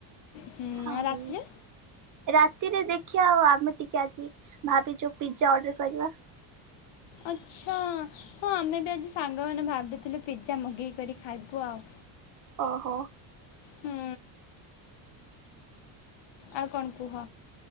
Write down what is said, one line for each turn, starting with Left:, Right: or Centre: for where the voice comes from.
Left: ହୁଁ
Right: ହୋଉ
Left: ରାତିରେ
Right: ରାତିରେ ଦେଖିଆ ଆଉ ଆମେ ଟିକେ ଆଜି ଭାବିଚୁ ପିଜ୍ଜା ଅର୍ଡର କରିବା।
Left: ଆଚ୍ଛା ହଁ ଆମେ ବି ଆଜି ସାଙ୍ଗମାନେ ଭାବିଥିଲୁ ପିଜ୍ଜା ମଗେଇକରି ଖାଇବୁ ଆଉ।
Right: ଓହୋ।
Left: ହୁଁ ଆଉ କଣ କୁହ?